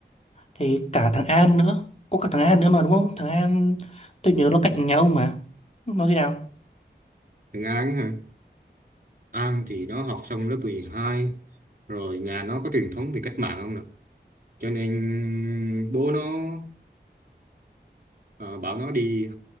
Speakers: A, on the left; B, on the right.
A: Thì cả thằng An nữa. Có cả thằng An nữa mà đúng không? Thằng An tôi nhớ nó cạnh nhà ông mà. Nó thế nào?
B: thằng An ấy hả An thì nó học xong lớp 12 rồi nhà nó có truyền thống về cách mạng không nè cho nên bố nó ờ, bảo nó đi